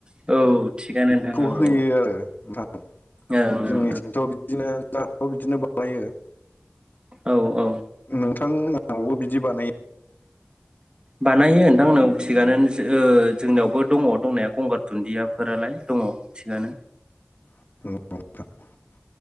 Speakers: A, on the right; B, on the left.
A: औ थिगानो
B: बेखौ
A: नोंथां औ
B: होयो
A: औ
B: आरो नोंथां
A: ओं
B: जोंनिथिंथ'
A: ओं
B: बिदिनो दा बिदिनो बानायो।
A: औ औ
B: नोंथां मोनावबो बिदि बानायो?
A: बानायो नोथां औ थिगानो ओ जोंनियावबो दङ दंनाया गंगार दुन्दियाफोरालाय दङ थिगानो।
B: <unintelligible>